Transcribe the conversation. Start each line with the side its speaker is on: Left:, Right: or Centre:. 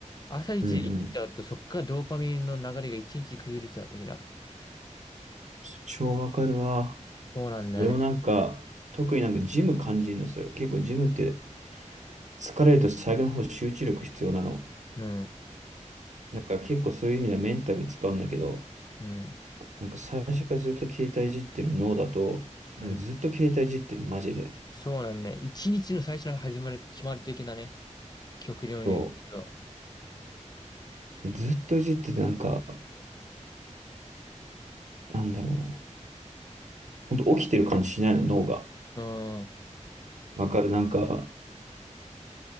Left: 朝一でいじっちゃうと、
Right: うんうん。
Left: そっからドーパミンの流れが一日崩れちゃう的な。
Right: 超わかるわ。
Left: そうなんだよね。
Right: 俺もなんか、特になんかジム感じるの、それ。結構ジムって疲れると最後の方集中力必要なの。
Left: うん、
Right: なんか結構そういう意味ではメンタル使うんだけど、
Left: うん、
Right: なんか最初からずっと携帯いじってる脳だと、
Left: うん。
Right: なんかずっと携帯いじってるの、マジで。
Left: そうなんだね。一日の最初の始まる、決まる的なね。極量に言うと。
Right: そう。ずっといじっててなんか、なんだろうな。ほんと起きてる感じしないの、脳が。
Left: うん、
Right: わかる、なんか、